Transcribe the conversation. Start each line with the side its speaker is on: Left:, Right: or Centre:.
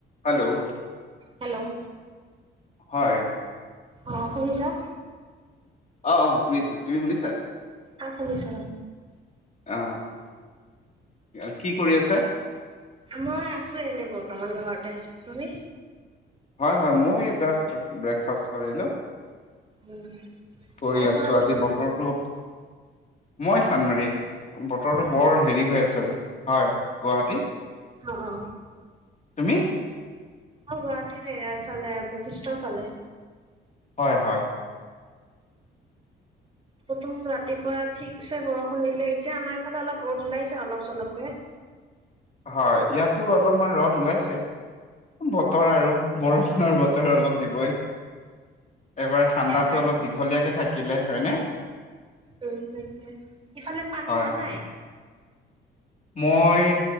Left: Hello
Right: hello
Left: হয়।
Right: অ', শুনিছা
Left: অ', শুনিছো তুমি শুনিছা?
Right: আহ শুনিছো
Left: অ', অ কি কৰি আছা?
Right: অ', মই এনেই বতাহান ঘৰতে আছ তুমি?
Left: হয় হয় মই জাষ্ট ব্ৰেকফাষ্ট কৰিলো
Right: উম
Left: কৰি
Right: কৰ
Left: আছো
Right: পৰা কৈছা?
Left: আজি বতৰটো মই চানমাৰী বতৰটো
Right: চানমাৰি
Left: বৰ হেৰি হৈ আছে আজি হয় গুৱাহাটী
Right: অ অ
Left: তুমি?
Right: অ', ুৱাহাটী ন চালে বখিষ্ট ফালে
Left: হয় হয়
Right: প্ৰথুম ৰাতিপুৱা ঠিকছে বৰ খু দিলে এতিয়া আমাৰ ইফালে অলপ ৰ'দ ওলাইছে অলপ চলপকে
Left: হয়, ইয়াতো অলপমান ৰদ ওলাইছে। বতৰ আৰু বৰষুণৰ বতৰ অলপ দিবই। এবাৰ ঠাণ্ডাতো,
Right: ইয়াৰ কাৰণে
Left: অলপ দীঘলীয়াকে থাকিলে হয়নে।
Right: উম, ইফালে পানী
Left: হয়,
Right: হোৱা
Left: হয়।
Right: নাই?
Left: মই